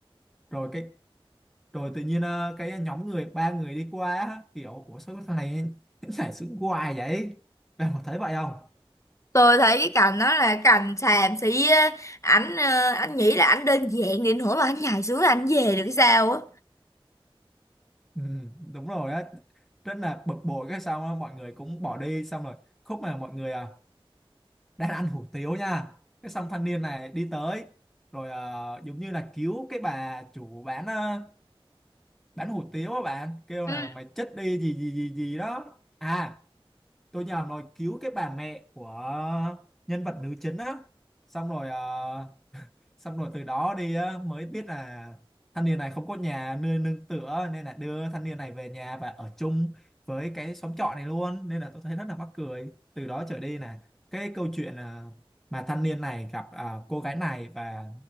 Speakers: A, in the centre; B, on the left.
A: rồi cái rồi tự nhiên ờ, cái nhóm người ba người đi qua á, kiểu của số thằng này giải sự hoài vậy bạn có thấy vậy không
B: tôi thấy cái cảnh đó là cảnh xàm xí á. ảnh ờ, anh nghĩ là ảnh đơn giản đến nỗi mà anh nhảy xuống là anh về được cái sao á
A: ừ, đúng rồi á rất là bực bội cái sao á, mọi người cũng bỏ đi xong rồi khúc mà mọi người à, đang ăn hủ tiếu nha cái xong thanh niên này đi tới rồi ờ, giống như là cứu cái bà chủ bán ờ, bán hủ tiếu á bạn kêu
B: Ừ.
A: là mày chết đi gì gì gì gì đó à tôi nhớ nói cứu cái bà mẹ của nhân vật nữ chính á xong rồi ờ, xong rồi từ đó đi á, mới biết là thanh niên này không có nhà nơi nương tựa nên là đưa thanh niên này về nhà và ở chung với cái xóm trọ này luôn nên là tôi thấy rất là mắc cười từ đó trở đi là cái câu chuyện ờ, mà thanh niên này gặp ờ, cô gái này và